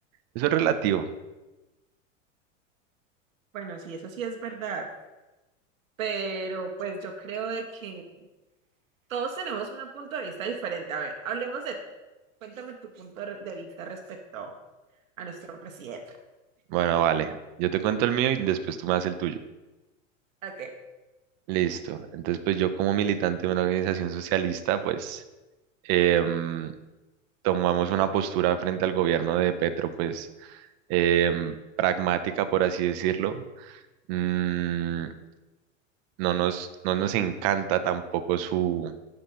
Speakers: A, on the right; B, on the right.
A: eso es relativo.
B: Bueno, sí, eso sí es verdad, pero pues yo creo de que... Todos tenemos un punto de vista diferente. A ver, hablemos de ti. Cuéntame tu punto re- de vista respecto a nuestro presidente.
A: Bueno, vale. Yo te cuento el mío y después tú me haces el tuyo.
B: Ok.
A: Listo. Entonces, pues yo como militante de una organización socialista, pues em, tomamos una postura frente al gobierno de Petro, pues em, pragmática, por así decirlo. Mm, no nos, no nos encanta tampoco su,